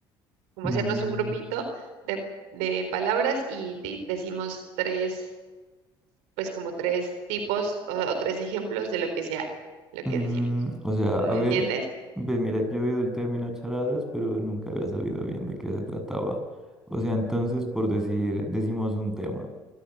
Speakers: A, on the right (about 75°); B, in the centre.
A: como
B: mm,
A: hacernos un grupito de, de palabras y de- decimos tres, pues como tres tipos o, o tres ejemplos de lo que sea, lo
B: mm,
A: que decimos.
B: o sea,
A: ¿Me
B: a ver,
A: entiendes?
B: ve, mira que he oído el término charadas, pero nunca había sabido bien de qué se trataba. O sea, entonces, por decir, decimos un tema